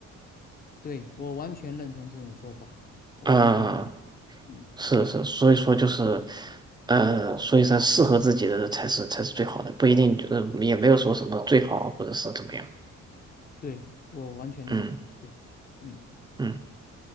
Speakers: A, on the left; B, on the right.
A: 对，我完全认同这种说法，我完全认同，
B: 嗯，
A: 嗯，
B: 是是，所以说就是，呃，所以说适合自己的才是才是最好的，不一定，就是也没有说什么最好或者是怎么样。
A: 对，我完全认同，
B: 嗯
A: 对，嗯，
B: 嗯，